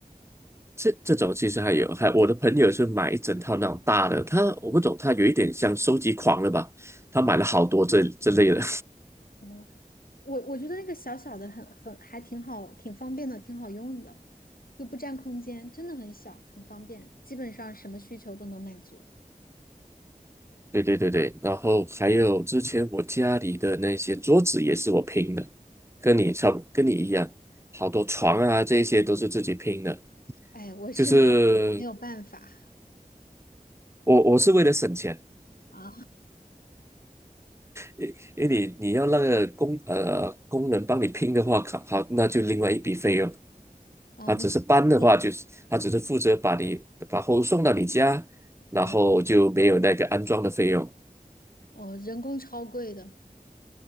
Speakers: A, on the right; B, on the left.
A: 这这种其实还有，还我的朋友是买一整套那种大的，他我不懂，他有一点像收集狂了吧？他买了好多这这类的，
B: 啊。然后。我我觉得那个小小的很很还挺好，挺方便的，挺好用的，又不占空间，真的很小，很方便，基本上什么需求都能满足。
A: <laughs> 对对对对。然后还有之前我家里的那些桌子也是我拼的，跟你差不跟你一样，好多床啊这些都是自己拼的，
B: 哎，我是没有没有办法
A: 就是我我是为了省钱，
B: 啊
A: 因因为你你要那个工呃工人帮你拼的话，好，好那就另外一笔费用。
B: 啊，
A: 他只是搬的话，
B: 我们人
A: 就是他只是负责把你把货物送到你家，然后就没有那个安装的费用。
B: 嗯，我人工超贵的，